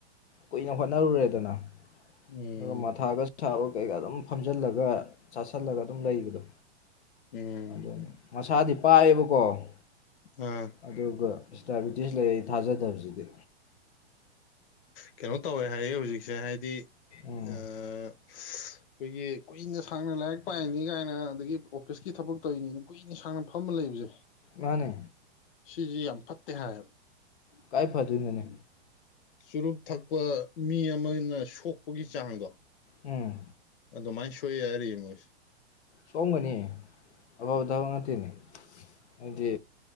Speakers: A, on the left; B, on the left.
A: ꯀꯨꯏꯅ ꯍꯣꯠꯅꯔꯨꯔꯦꯗꯅ
B: ꯎꯝ
A: ꯑꯗꯨꯒ ꯃꯊꯥꯒꯕ ꯀꯩꯀꯥ ꯑꯗꯨꯝ ꯐꯝꯖꯤꯜꯂꯒ ꯆꯥꯥꯁꯜꯂꯒ ꯑꯗꯨꯝ ꯂꯩꯕꯗꯣ
B: ꯎꯝ
A: ꯑꯗꯨꯅꯤ ꯃꯁꯥꯗꯤ ꯄꯥꯏꯌꯦꯕꯀꯣ
B: ꯑꯥ
A: ꯑꯗꯨꯒ ꯗꯥꯏꯕꯤꯇꯤꯁ ꯂꯩ ꯑꯩ ꯊꯥꯖꯗꯕꯁꯤꯗꯤ
B: ꯀꯩꯅꯣ ꯇꯧꯋꯦ ꯍꯥꯏꯌꯦ ꯍꯧꯖꯤꯛꯁꯦ ꯍꯥꯏꯗꯤ
A: ꯎꯝ
B: ꯑ ꯑꯩꯈꯣꯏꯒꯤ ꯀꯨꯏꯅ ꯁꯥꯡꯅ ꯂꯥꯏꯔꯤꯛ ꯄꯥꯏꯅꯤ ꯀꯥꯏꯅ ꯑꯗꯒꯤ ꯑꯣꯐꯤꯁꯀꯤ ꯊꯕꯛ ꯇꯧꯔꯤꯅꯤꯅ ꯀꯨꯏꯅ ꯁꯥꯡꯅ ꯐꯝꯃ ꯂꯩꯕꯁꯦ
A: ꯃꯥꯅꯦ
B: ꯁꯤꯁꯤ ꯌꯥꯝ ꯐꯠꯇꯦ ꯍꯥꯏꯌꯦꯕ
A: ꯀꯥꯏ ꯐꯗꯣꯏꯅꯣꯅꯦ
B: ꯆꯨꯔꯨꯞ ꯊꯛꯄ ꯃꯤ ꯑꯃꯅ ꯁꯣꯛꯄꯒꯤ ꯆꯥꯡꯗꯣ
A: ꯎꯝ
B: ꯑꯗꯨꯃꯥꯏꯅ ꯁꯣꯛꯑ ꯍꯥꯏꯔꯤ ꯃꯣꯏꯁꯦ
A: ꯁꯣꯝꯒꯅꯤ ꯑꯐꯕ ꯊꯕꯛ ꯉꯇꯦꯅꯦ ꯍꯥꯏꯗꯤ